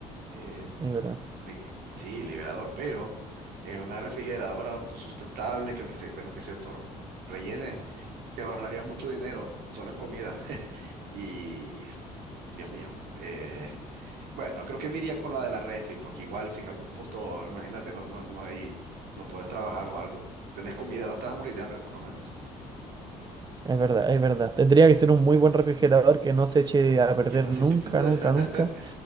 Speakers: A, on the right; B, on the right.
A: eh,
B: Es verdad.
A: li- sí, liberador, pero en una refrigeradora autosustentable que, que se, bueno, que se tor- rellene. Te ahorraría mucho dinero solo en comida. <laughs> Y, Dios mío, eh, bueno, creo que me iría con la de la refri, porque igual si en algún punto, imagínate, no, no, no hay, no puedes trabajar o algo, tenés comida, no te vas a morir de hambre por lo menos.
B: Es verdad, es verdad. Tendría que ser un muy buen refrigerador que no se eche a perder
A: ¿Quién más
B: nunca,
A: se echa a perder?
B: nunca,
A: <laughs>
B: nunca.